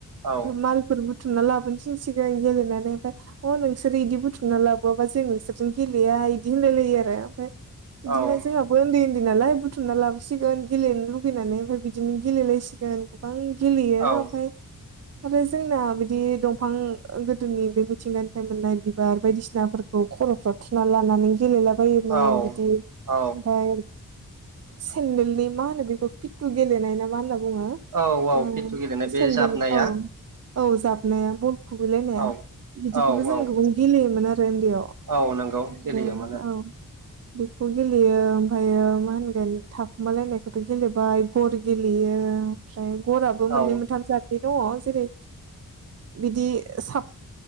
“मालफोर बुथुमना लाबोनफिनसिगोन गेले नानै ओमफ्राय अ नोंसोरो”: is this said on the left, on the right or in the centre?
Right